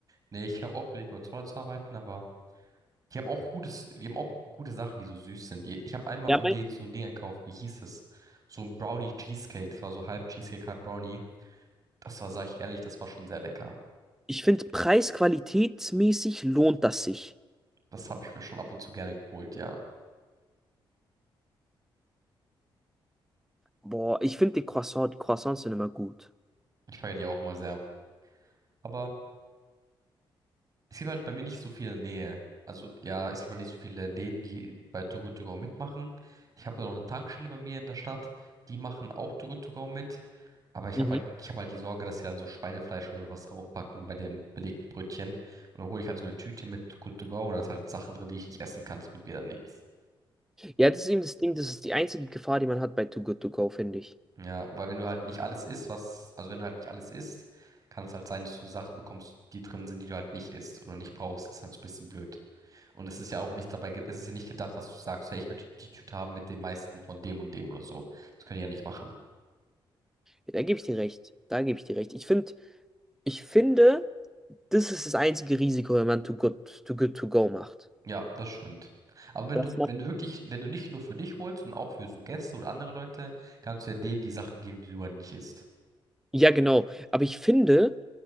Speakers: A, on the right; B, in the centre.
A: Nee, ich habe auch überlegt, bei Zoller zu arbeiten, aber die haben auch gutes, die haben auch gute Sachen, die so süß sind. Die, ich habe einmal
B: Ja,
A: von
B: mein,
A: denen so ein Ding gekauft, wie hieß es? So ein Brownie Cheesecake. Das war so halb Cheesecake, halb Brownie. Das war, sag ich ehrlich, das war schon sehr lecker.
B: ich finde, preis-qualitätsmäßig lohnt das sich.
A: Das habe ich mir schon ab und zu gerne geholt, ja.
B: Boah, ich finde die Croissant, die Croissants sind immer gut.
A: Ich feiere die auch immer sehr. Aber es gibt halt bei mir nicht so viel in der Nähe. Also ja, es gibt halt nicht so viele Läden, die bei Too Good To Go mitmachen. Ich habe noch eine Tankstelle bei mir in der Stadt, die machen auch Too Good To Go mit. Aber ich
B: Mhm.
A: habe halt, ich habe halt die Sorge, dass sie dann so Schweinefleisch oder sowas draufpacken bei den belegten Brötchen. Und dann hole ich halt so eine Tüte mit Too Good To Go und da ist halt Sachen drin, die ich nicht essen kann. Das bringt mir dann nichts.
B: Ja, das ist eben das Ding, das ist die einzige Gefahr, die man hat bei Too Good To Go, finde ich.
A: Ja, weil wenn du halt nicht alles isst, was, also wenn du halt nicht alles isst, kann es halt sein, dass du Sachen bekommst, die drin sind, die du halt nicht isst oder nicht brauchst. Das ist halt so ein bisschen blöd. Und es ist ja auch nicht dabei, ge- es ist ja nicht gedacht, dass du sagst, hey, ich möchte die Tüte haben mit dem meisten von dem und dem oder so. Das können die ja nicht machen.
B: Ja, Da gebe ich dir recht. Da gebe ich dir recht. Ich finde, ich finde, das ist das einzige Risiko, wenn man Too Good, Too Good To Go macht.
A: Ja, das stimmt. Aber wenn
B: dass
A: du,
B: man,
A: wenn du wirklich, wenn du nicht nur für dich holst, sondern auch für so Gäste oder andere Leute, kannst du ja denen die Sachen geben, die du halt nicht isst.
B: ja, genau. Aber ich finde,